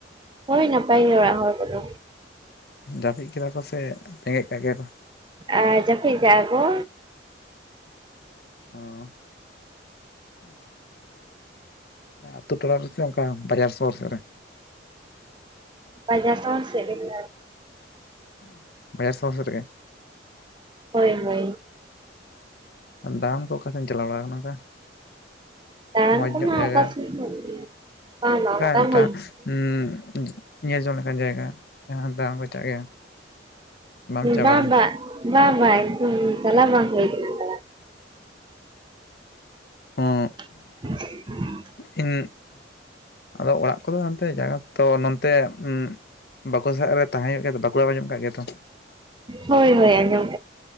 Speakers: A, on the right; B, on the left.
A: ᱦᱳᱭ ᱱᱟᱯᱟᱭ ᱜᱮ ᱚᱲᱟᱜ ᱦᱚᱲ ᱠᱚᱫᱚ।
B: ᱡᱟᱹᱯᱤᱫ ᱠᱮᱫᱟ ᱠᱚ ᱥᱮ ᱵᱮᱸᱜᱮᱫ ᱠᱟᱜ ᱜᱮᱭᱟ ᱠᱚ?
A: ᱟᱸ ᱡᱟᱹᱯᱤᱫ ᱠᱟᱜᱼᱟᱠᱚ।
B: ᱚ ᱟᱛᱳ ᱴᱚᱞᱟ ᱨᱮ ᱥᱮ ᱚᱱᱠᱟ ᱵᱟᱡᱟᱨ ᱥᱚᱦᱚᱨ ᱥᱮᱫ ᱨᱮ
A: ᱵᱟᱡᱟᱨ ᱥᱚᱦᱚᱨ ᱥᱮᱫ ᱨᱮ ᱜᱮ
B: ᱵᱟᱡᱟᱨ ᱥᱚᱦᱚᱨ ᱥᱮᱫ ᱨᱮ ᱜᱮ
A: ᱦᱳᱭ ᱦᱳᱭ।
B: ᱫᱟᱲᱟᱱ ᱠᱚ ᱚᱠᱟ ᱥᱮᱫ ᱮᱢ ᱪᱟᱞᱟᱣ ᱵᱟᱲᱟ ᱟᱠᱟᱱᱟ ᱚᱱᱠᱟ?
A: ᱫᱟᱲᱟᱱ
B: ᱢᱚᱸᱡᱽ
A: ᱠᱚᱢᱟ
B: ᱧᱚᱜ ᱡᱟᱭᱜᱟ
A: ᱚᱠᱟ ᱥᱮᱫ ᱦᱚᱸ ᱵᱟᱝ ᱵᱟᱝ
B: ᱚᱱᱠᱟ ᱢᱤᱫᱴᱟᱝ
A: ᱢᱟ ᱵᱟᱹᱧ
B: ᱩᱸ ᱧᱮᱞ ᱡᱚᱝ ᱞᱮᱠᱟᱱ ᱡᱟᱭᱜᱟ ᱡᱟᱦᱟ ᱫᱟᱲᱟᱱ ᱠᱚ ᱪᱟᱜ ᱜᱮᱭᱟ <inaudible> ᱵᱟᱢ ᱪᱟ
A: ᱵᱟ
B: ᱵᱟᱲᱟ ᱟᱠᱟᱱᱟ
A: ᱵᱟ ᱵᱟ ᱵᱟ ᱮᱠᱫᱚᱢ ᱪᱟᱞᱟ ᱵᱟᱝ ᱦᱳᱭ ᱠᱟᱱᱟ। ᱫᱟᱬᱟᱱ
B: ᱦᱚᱸ
A: <inaudible>
B: ᱤᱧ ᱟᱫᱚ ᱚᱲᱟᱜ ᱠᱚᱫᱚ ᱦᱟᱱᱛᱮ ᱡᱟᱭᱜᱟ ᱛᱚ ᱱᱚᱱᱛᱮ ᱩᱸ ᱵᱟᱠᱩᱲᱟ ᱥᱮᱫ ᱨᱮ ᱛᱟᱦᱮᱸ ᱦᱳᱭᱳᱜ ᱜᱮᱭᱟ ᱛᱚ, ᱵᱟᱠᱩᱲᱟ ᱟᱸᱡᱚᱢ ᱠᱟᱜ ᱜᱮᱭᱟ ᱛᱚ?
A: ᱦᱳᱭ ᱦᱳᱭ ᱟᱸᱡᱚᱢᱼᱼ